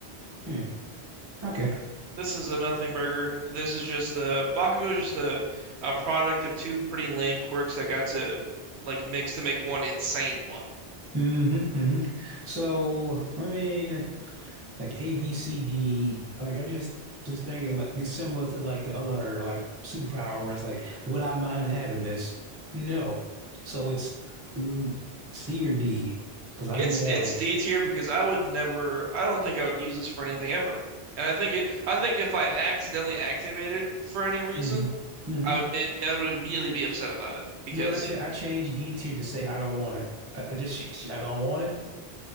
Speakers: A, on the right; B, on the right.
A: Hmm. Okay.
B: This is a nothing burger. This is just the Bakugo is just a a product of two pretty lame quirks that got to like mix to make one insane one.
A: Mm-hmm, hmm So I mean, like A, B, C, D. Like I just just thinking like it's similar to like the other like superpower where it's like, would I mind having this? No. So it's uh, C or D because I
B: It's
A: didn't want
B: it's
A: it.
B: D tier because I would never. I don't think I would use this for anything ever. And I think it. I think if I accidentally activate it for any reason,
A: Mm-hmm. mm-hmm.
B: I would. It, I would immediately be upset about it because
A: Then when I cha- I changed D tier to say I don't want it. I, I just <laughs> changed- I don't want it.